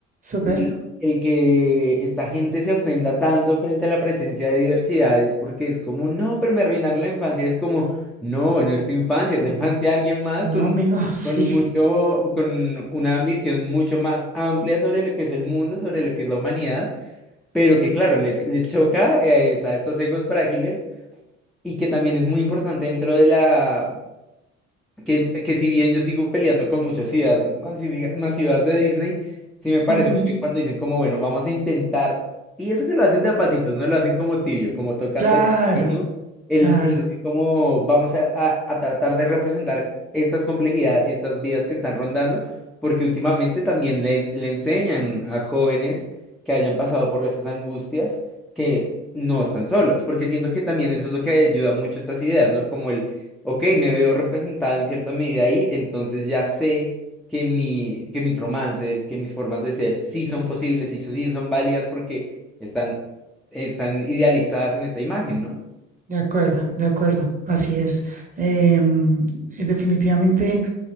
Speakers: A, on the right; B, in the centre.
A: Súper,
B: El, el que esta gente se ofenda tanto frente a la presencia de diversidades, porque es como, no, pero me arruinaron la infancia. Es como, no, no es tu infancia, es la infancia de alguien más
A: ¿no,
B: con...
A: amigo? <laughs> Sí.
B: con mucho, con una ambición mucho más amplia sobre lo que es el mundo, sobre lo que es la humanidad pero que claro, les, les choca eh, es a estos egos frágiles y que también es muy importante dentro de la, que, que si bien yo sigo peleando con muchas ideas masivi- masivas de Disney, sí me parece
A: Ujú.
B: muy bien cuando dicen como, bueno, vamos a intentar, y eso que lo hacen de a pasitos, no lo hacen como tibio, como tocando
A: Claro,
B: ¿no? el,
A: claro.
B: el decir como vamos a, a- a tratar de representar estas complejidades y estas vidas que están rondando, porque últimamente también le, en- le enseñan a jóvenes que hayan pasado por esas angustias que no están solos, porque siento que también eso es lo que ayuda mucho a estas ideas, ¿no? Como el ok, me veo representado en cierta medida ahí, entonces ya sé que, mi, que mis romances, que mis formas de ser sí son posibles, sí, son- sí son válidas porque están, están idealizadas en esta imagen, ¿no?
A: De acuerdo, de acuerdo. Así es. Em, eh, definitivamente,